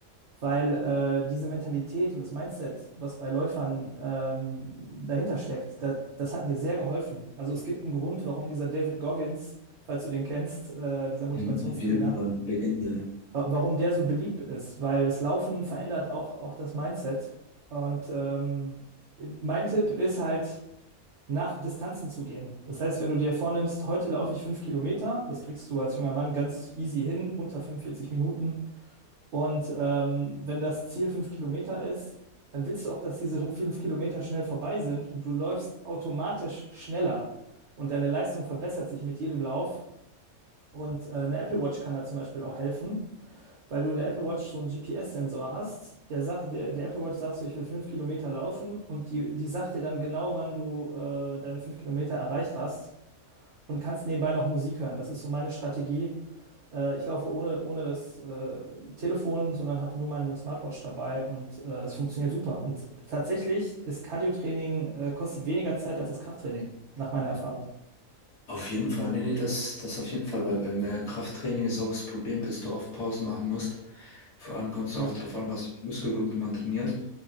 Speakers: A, on the right (about 60°); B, on the left (about 50°).
A: weil äh, diese Mentalität und das Mindset, was bei Läufern ähm, dahinter steckt, da, das hat mir sehr geholfen. Also es gibt einen Grund, warum dieser David Goggins, falls du den kennst, äh, dieser Motivationstrainer,
B: Mhm. Auf jeden Fall, Legende.
A: wa warum der so beliebt ist, weil das Laufen verändert auch, auch das Mindset. Und ähm, mein Tipp ist halt, nach Distanzen zu gehen. Das heißt, wenn du dir vornimmst, heute laufe ich fünf Kilometer, das kriegst du als junger Mann ganz easy hin, unter 45 Minuten. Und ähm, wenn das Ziel fünf Kilometer ist, dann willst du auch, dass diese fünf Kilometer schnell vorbei sind und du läufst automatisch schneller und deine Leistung verbessert sich mit jedem Lauf. Und äh, eine Apple Watch kann da zum Beispiel auch helfen, weil du in der Apple Watch so einen GPS-Sensor hast. Der, sagt, der, der Apple Watch sagt so, ich will fünf Kilometer laufen und die, die sagt dir dann genau, wann du äh, deine fünf Kilometer erreicht hast und kannst nebenbei noch Musik hören. Das ist so meine Strategie äh, ich laufe ohne, ohne das äh, Telefon, sondern habe nur meine Smartwatch dabei und äh, es funktioniert super. Und tatsächlich ist Cardio-Training äh, kostet weniger Zeit als das Krafttraining, nach meiner Erfahrung.
B: Auf jeden Fall, nee, nee, das, das auf jeden Fall, weil beim äh, Krafttraining ist auch das Problem, dass du oft Pausen machen musst. Vor allem kommt es
A: Ja.
B: auch darauf an, was für Muskelgruppen man trainiert.